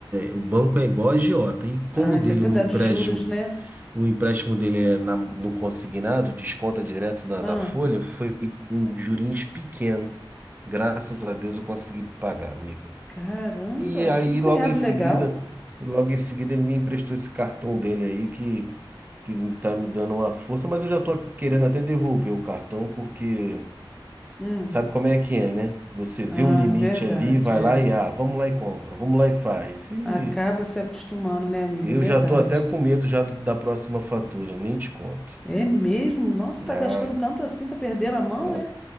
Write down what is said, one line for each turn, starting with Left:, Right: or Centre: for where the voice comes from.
Right: o banco é igual a agiota. E como
Centre: Ah,
Right: o dele
Centre: isso é verdade,
Right: o empréstimo,
Centre: os juros, né?
Right: o empréstimo dele é na- no consignado, desconta direto na,
Centre: Ah,
Right: da folha, foi um juros pequeno. Graças a Deus eu consegui pagar, amiga.
Centre: caramba,
Right: E aí,
Centre: que cunhado
Right: logo em seguida,
Centre: legal.
Right: logo em seguida, ele me emprestou esse cartão dele aí que, que tá me dando uma força, mas eu já tô querendo até devolver o cartão, porque
Centre: Hum.
Right: sabe como é que é, né? Você vê
Centre: Ah,
Right: o limite
Centre: verdade,
Right: ali, vai
Centre: é.
Right: lá e ah, vamos lá e compra, vamos lá e faz. E
Centre: Acaba se acostumando, né, amiga?
Right: eu
Centre: Verdade.
Right: já tô até com medo já do- da próxima fatura, nem te conto.
Centre: É mesmo? Nossa, tá
Right: Ah,
Centre: gastando tanto assim, tá perdendo a mão,
Right: ah,
Centre: é?